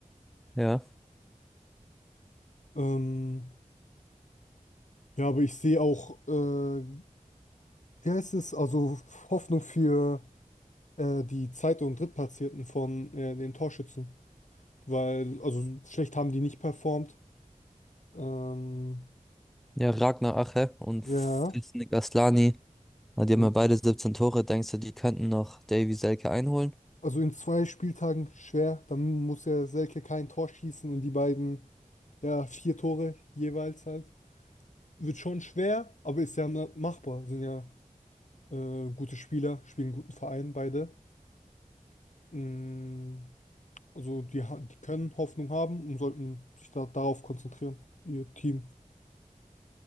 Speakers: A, in the centre; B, on the left.
A: Ja,
B: Ähm, ja, aber ich sehe auch äh, Ja, es also Hoffnung für äh, die Zweit- und Drittplatzierten von äh, den Torschützen, weil also schlecht haben die nicht performt. Ähm,
A: ja, Ragnar Ache und
B: ja,
A: Fisnik Aslani, na, die haben
B: also,
A: ja beide 17 Tore. Denkst du, die könnten noch Davy Selke einholen?
B: also in zwei Spieltagen schwer, dann muss ja Selke kein Tor schießen und die beiden, ja, vier Tore jeweils halt. Wird schon schwer, aber ist ja ma- machbar. Sind ja äh, gute Spieler, spielen einen guten Verein beide. Mm, also die, ha- die können Hoffnung haben und sollten sich da darauf konzentrieren, ihr Team.